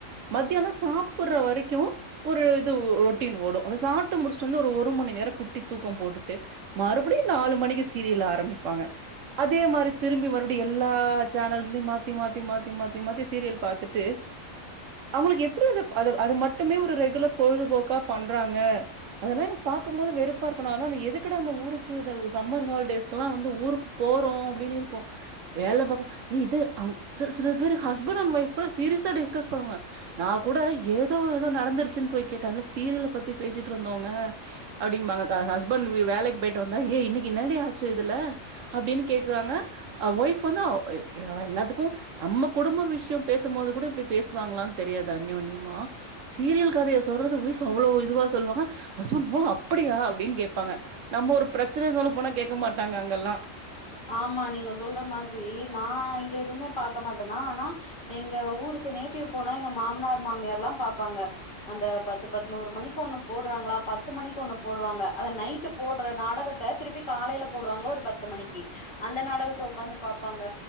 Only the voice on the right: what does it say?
மத்தியானொ சாப்புற வரைக்கும் ஒரு இது ரொட்டீன் ஓடும் அந்த சாப்பிட்டு முடிச்சுட்டு வந்து ஒரு மணி நேரம் குட்டி தூக்கம் போட்டுட்டு மறுபடியும் நாலு மணிக்கு சீரியல் ஆரம்பிப்பாங்க அதே மாரி திரும்பி மறுபடி எல்லா சேனல்ஸ்லயும் மாத்தி மாத்தி மாத்தி மாத்தி மாத்தி சீரியல் பாத்து ட்டு அவுங்களுக்கு எப்டி அது அத அது மட்டுமே ஒரு ரெகுலர் பொழுதுபோக்கா பண்றாங்க அதெல்லாம் எனக்கு பாக்கும்போது வெறுப்பா இருக்கும் நான் எல்லா எதுக்குட இந்த ஊருக் கு இந்த சம்மர் ஹாலிடேஸ் எல்லாம் வந்து ஊருக்கு போறோம் அப்டின்னு இருக்கும் வேல பாக்க எ இது அம் சி சில பேரு ஹஸ்பண்ட் அண்ட் ஒய்ஃப் கூட சீரியஸா டிஸ்கஸ் பண்ணுவா நா கூட ஏதோ ஏதோ நடந்துருச்சுன்னு போய் கேட்டேன் இல்ல சீரியல பத்தி பேசிட்டு இருந்தோங்க அப்டிம்பாங்ககா ஹஸ்பண்ட் வேலைக்கு போயிட்டு வந்தா ஏய் இன்னைக்கு என்னடி ஆச்சு இதுல அப்டின்னு கேக்குவாங்க அ ஒய்ஃப் வந்து <unintelligible> அவ எல்லாத்துக்கும் நம்ம குடும்ப விஷயம் பேசும்போது கூட இப்படி பேசுவாங்களான்னு தெரியாது அன்யோன்யமா சீரியல் கதைய சொல்றது ஒய்ஃப் அவ்வளோ இதுவா சொல்லுவாங்க ஹஸ்பண்ட் ஓ அப்டியா அப்பிடின்னு கேப்பாங்க நம்ம ஒரு பிரச்சன சொல்ல போனா கேட்க மாட்டாங்க அங்கல்லாம்